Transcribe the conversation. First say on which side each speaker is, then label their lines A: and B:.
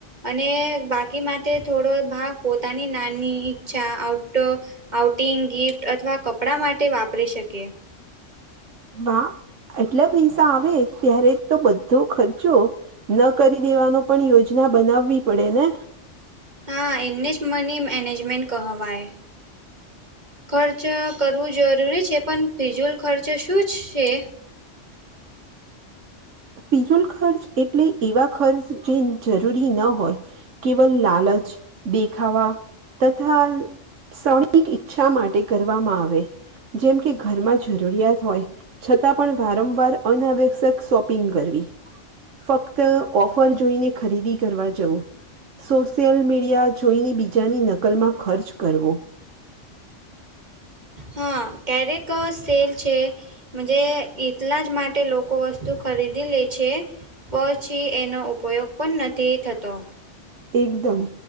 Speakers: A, on the right; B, on the right.
A: અને બાકીમાં તે થોડો ભાગ પોતાની નાની ઈચ્છા આઉટો. આઉટિંગ ગિફ્ટ અથવા કપડા માટે વાપરી શકે.
B: વા એટલા પૈસા આવે ત્યારે તો બધો ખર્ચો ન કરી દેવાનો પણ યોજના બનાવવી પડે ને.
A: હા એઇન્નેસ્ટ મની મેનેજમેન્ટ કહેવાય. ખર્ચ કરવું જરૂરી છે પણ ભીજુલ ખર્ચ શું જ છે?
B: ફિઝુલ ખર્ચ એટલે એવા ખર્ચ જે જરૂરી ન હોય. કેવલ લાલચ, દેખાવા તથા શવની ઈચ્છા માટે કરવામાં આવે જેમ કે ઘરમાં જરૂરિયાત હોય છતાં પણ વારંવાર અનાવેશ. તક શોપિંગ કરવી ફક્ત ઓફર જોઈને ખરીદી કરવા જવું. સોશિયલ મીડિયા જોઈને બીજાની નકલમાં ખર્ચ કરવો.
A: હા ક્યારેક સેલ છે. જ એટલા જ માટે લોકો વસ્તુ ખરીદી લે છે. પછી એનો ઉપયોગ પણ નથી થતો.
B: એકદમ.